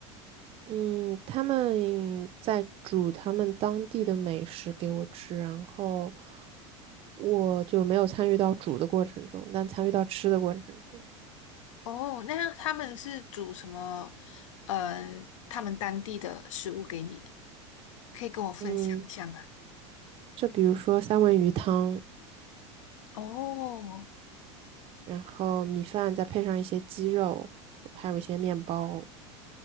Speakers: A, on the right; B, on the left.
A: 嗯，他们在煮他们当地的美食给我吃，然后我就没有参与到煮的过程中，但参与到吃的过程中。
B: 哦，那他们是煮什么？呃，他们当地的食物给你的，可以跟我分享一下吗？
A: 嗯，就比如说三文鱼汤，
B: 哦
A: 然后米饭再配上一些鸡肉，还有一些面包。